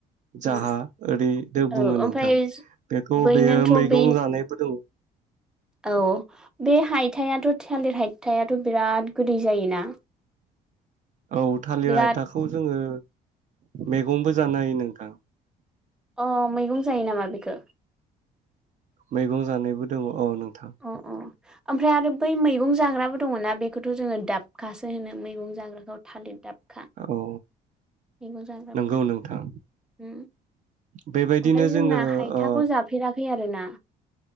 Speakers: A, in the centre; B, on the right.
A: उम
B: जाहा ओरैदो
A: औ
B: बुङो नोंथां
A: ओमफ्राय
B: बेखौ
A: बैनोथ'
B: बेयो मैगं
A: बे
B: जानायबो दङ।
A: औ बे हायथायाथ' थालिर हायथायाथ' बिराद गोदै जायोना।
B: औ थालिर
A: बिराद
B: हायथाखौ जोङो। मैगंबो जानो हायो नोंथां।
A: अ मैगं जायो नामा बेखौ।
B: मैगं जानायबो दङ औ नों <unintelligible>
A: अ अ ओमफ्राय आरो बै मैगं जाग्राबो। दङना बेखौथ' जोङो दाब खासो होनो मैगं जाग्राखौ थालिर। दाबखा
B: औ।
A: मैगं जाग्राफोराव
B: नंगौ नोंथां
A: <unintelligible>
B: बेबायदिनो
A: ओमफाय जोंना
B: जोङो
A: हायथाखौ
B: ओ
A: जाफेराखै आ ना।